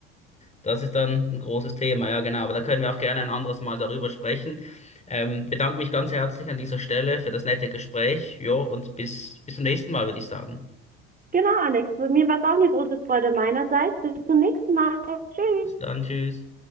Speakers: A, on the left (about 20°); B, on the right (about 25°).
A: Das ist dann ein großes Thema, ja genau. Aber da können wir auch gerne ein anderes Mal darüber sprechen. Ähm, bedanke mich ganz herzlich an dieser Stelle für das nette Gespräch. Jo, und bis, bis zum nächsten Mal, würde ich sagen.
B: Genau, Alex, für mir war es auch eine große Freude meinerseits. Bis zum nächsten Mal. Tschüss.
A: Bis dann, tschüss.